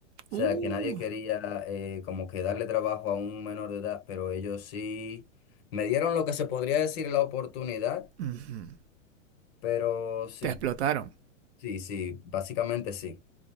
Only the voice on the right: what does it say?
Uh,
ujú.
Te explotaron.